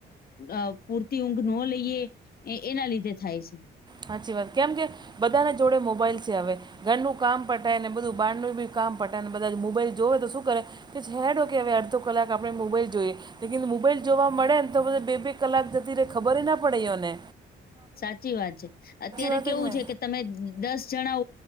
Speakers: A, on the left (about 50°); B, on the right (about 20°).
A: અ પૂરતી ઊંઘ ન લઈએ એના લીધે થાય છે.
B: સાચી વાત કેમ કે બધાને જોડે મોબાઈલ છે હવે ઘરનું કામ પટાય ને બધું બહારનું બી કામ પટાય ને બધા મોબાઈલ જોવે તો શું કરે કે છેેડો કે હવે અડધો કલાક આપણે મોબાઈલ જોઈએ. લ મોબાઈલ જોવા મળે ને તો બધ બે બે કલાક જતી ર ખબર ના પડીને
A: સાચી વાત છે અત્યારે
B: વાત
A: કેવું
B: જ ને
A: છે કે તમે દસ જણા